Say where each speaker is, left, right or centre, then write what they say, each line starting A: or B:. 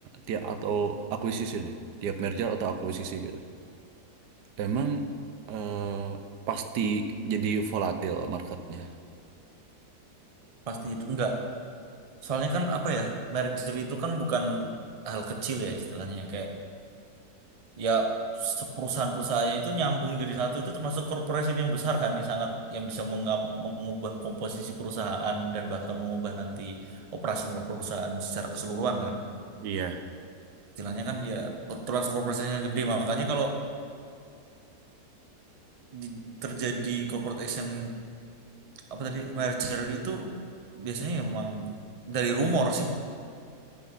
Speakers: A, on the right; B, on the right.
A: tiap atau akuisisi deh. Tiap merger atau akuisisi gitu. Emang eh pasti jadi volatil marketnya.
B: pasti itu enggak soalnya kan apa ya merger itu kan bukan hal kecil ya istilahnya ya. kayak ya se- perusahaan-perusahaannya itu nyambung jadi satu itu termasuk corporation yang besar kan yang sangat yang bisa menga- mengubah komposisi perusahaan dan bahkan mengubah nanti operasional perusahaan secara keseluruhan kan
A: Iya.
B: istilahnya kan ya termasuk corporation yang gede makanya kalau di- terjadi corporate action apa tadi merger itu biasanya ya memang dari rumor sih